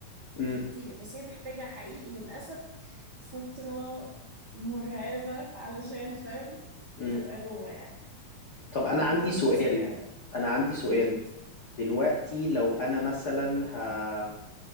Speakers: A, on the left; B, on the right.
A: امم
B: في كتير بس هي محتاجة حقيقي للأسف فترة مرعبة علشان فاهم
A: امم
B: تبقى جوه يعني
A: طب أنا
B: لو
A: عندي
B: تقعد
A: سؤال
B: كتير قوي
A: أنا عندي سؤال
B: أكيد
A: دلوقتي لو أنا مثلا ه...